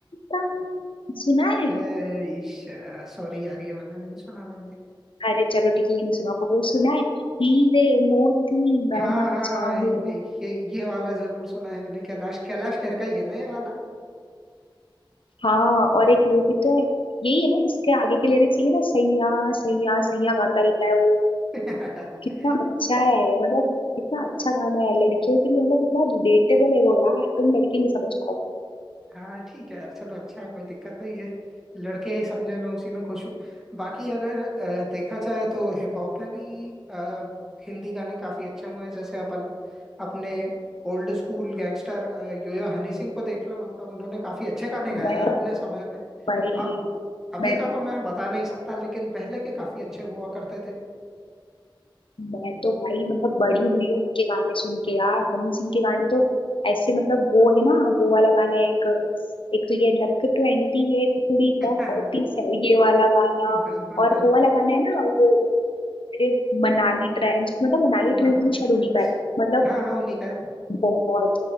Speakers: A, on the left (about 80°); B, in the centre.
A: तम सुना है
B: ऐ, सॉरी यार ये वाला नहीं सुना मैंने
A: अरे चलो ठीक है ये नहीं सुना होगा वो सुना है हीरे मोती
B: हाँ
A: मैं नाचा
B: हाँ हाँ
A: हूँ
B: ये ये ये वाला जरूर सुना है मैंने कैलाश कैलाश खेर का ही है ना ये वाला
A: हाँ और एक वो भी तो है यही है ना इसके आगे के लिरिक्स ये है ना सैया सैया सैया गाता रहता है वो
B: <laughs>
A: कितना अच्छा है मतलब कितना अच्छा गाना है लड़कियों के लिए मतलब कितना रिलेटेबल है वो यार तुम लड़के नहीं समझ पाओगे
B: हाँ ठीक है यार चलो अच्छा है कोई दिक्कत नहीं है लड़के हैं, समझे मैं उसी में खुश हूँ बाकी अगर अ, देखा जाए तो हिप हॉप में भी अ, हिंदी गाने काफी अच्छे हुए हैं जैसे अपन अपने old school gangster yo yo Honey Singh को देख लो मतलब उन्होंने काफी अच्छे गाने गाए
A: मैं
B: यार अपने समय में
A: भाई
B: अब अभी
A: मैं
B: का तो मैं बता नहीं सकता लेकिन पहले के काफी अच्छे हुआ करते थे
A: मैं तो भाई मतलब बड़ी हुई हूँ उनके गाने सुन के यार हनी सिंह के गाने तो ऐसे मतलब वो है ना वो वाला गाना एक एक तो ये लक ट्वेंटी एट थोड़ी
B: <laughs>
A: द फोर्टी सेवन ये वाला गाना
B: बिल्कुल
A: और
B: बिल्कुल
A: वो वाला गाना है ना वो तेरे मनाली ट्रेंच मतलब मनाली
B: मनाली
A: ट्रेंच भी शायद
B: ट्रेंड्स
A: उन्हीं का है मतलब
B: हाँ हाँ उन्हीं का है
A: बहुत